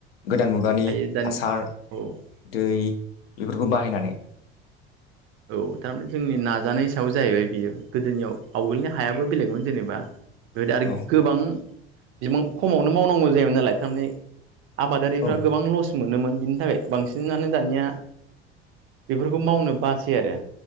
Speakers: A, on the left; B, on the right.
A: गोदान मुगानि
B: हायो दानि
A: हासार
B: औ
A: दै बेफोरखौ बाहायनानै।
B: औ थारमाने जोंनि नाजानाय सायाव जाहैबाय बियो गोदोनियाव आवगोलनि हायाबो बेलेगमोन जेनेबा बेबायदि आरो
A: औ
B: गोबां बिबां खमावनो मावनांगौ जायोमोन नालाय थारमाने आबादारिफ्रा
A: औ
B: गोबां लस मोनोमोन बिनि थाखाय बांसिनानो दानिया बेफोरखौ मावनो बा सै आरो